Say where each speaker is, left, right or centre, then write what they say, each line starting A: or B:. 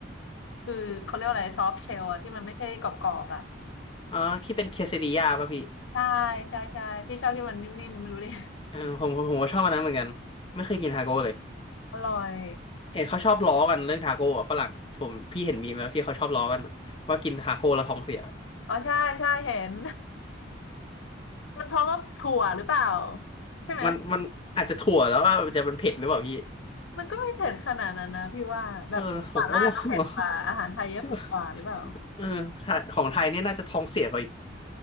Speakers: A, on the left; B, on the left.
A: คือเขาเรียกว่าอะไรซอฟต์เชลอะที่มันไม่ใช่กรอบๆอะ
B: อ๋อที่เป็นเคซดิยาป่ะพี่
A: ใช่ใช่ใช่พี่ชอบที่มันนิ่มๆไม่รู้ดิ
B: เออผมผมผมก็ชอบอันนั้นเหมือนกันไม่เคยกินทาโก้เลย
A: อร่อย
B: เห็นเขาชอบล้อกันเรื่องทาโก้อะฝรั่งผมพี่เห็นมีมแล้วที่เขาชอบล้อกันอะว่ากินทาโก้แล้วท้องเสีย
A: อ๋อใช่ใช่เห็น <laughs> มันเพราะว่าถั่วหรือเปล่าใช่ไหม
B: มันมันอาจจะถั่วแล้วว่าจะมันเผ็ดหรือเปล่าพี่
A: มันก็ไม่เผ็ดขนาดนั้นนะพี่ว่าแบบหม่าล่าก็เผ็ดกว่าอาหารไทยก็เผ็ดกว่าหรือเปล่า
B: เออผมก็งงอะ <laughs> เออไทยของไทยเนี่ยน่าจะท้องเสียกว่าอีก